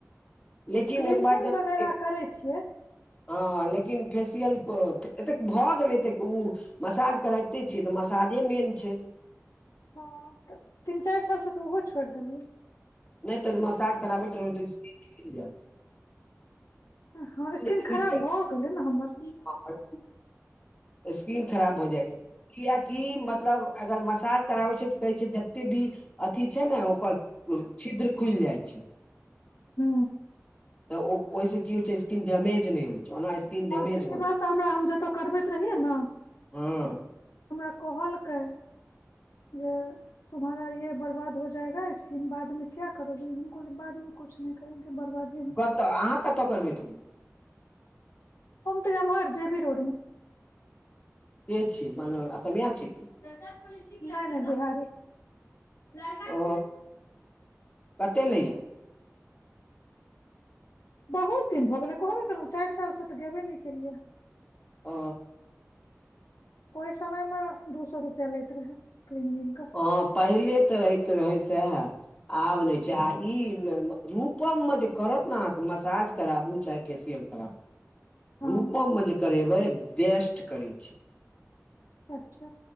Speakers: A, on the left; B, on the left.
A: लेकिन
B: क्लीनिंग
A: एक बात जानै
B: वगैरह
A: छियै,
B: करै छियै।
A: हँ, लेकिन फेसियल एतेक भऽ गेलै, एतेक ओ। मसाज करबैते छियै तऽ मसाजे मेन छै।
B: हँ तऽ, तीन चारि सालसँ तऽ ओहो छोड़ि देलियै।
A: नहि तऽ मसाज करबैत <unintelligible> रहित।
B: हँ, स्किन
A: छुटि
B: खराब
A: जायत
B: भऽ गेलै ने हमर।
A: हँ स्किन खराब भऽ जाइ छै। किएकि मतलब, अगर मसाज कराबै छै तऽ कहै छै जतेक भी अथी छै ने, ओकर छिद्र खुलि जाइ छै।
B: हू
A: तऽ ओहिसँ की होइ छै? स्किन डैमेज नहि होइ? चो आइ स्किन
B: हँ
A: डैमेज
B: तऽ, ई
A: भऽ
B: बात हमरा हम जतहु करबैत रहियै ने।
A: हँ
B: हमरा कहलकै जे। तोहर ई स्किन बर्बाद भऽ जेतै, बादमे की करबऽ? बादमे किछु नहि करबऽ, बर्बाद।
A: कतऽ अहाँ, कतऽ करबै तऽ?
B: हम त एमहर जेबी रोडम
A: प छी म असामिया छी
B: नहि नहि, बिहारी। लड़का
A: ओ
B: <inaudible>
A: कते लैया
B: बहुत दिन भऽ गेलै, कहबे केलहुँ, चारि सालसँ तऽ गेने नहि केलियै।
A: ओ
B: ओहि समयमे दू सए रुपआ लैत रहै कऽ।
A: हँ, पहिले तऽ रहैत रहै सएह। आब नहि छै, आ ई रूपमे जे करत ने, अहाँके मसाज कराबू चाहे। फेसियल करबै।
B: हँ
A: रूपममे जे करै छै, बेस्ट करै छै।
B: अच्छा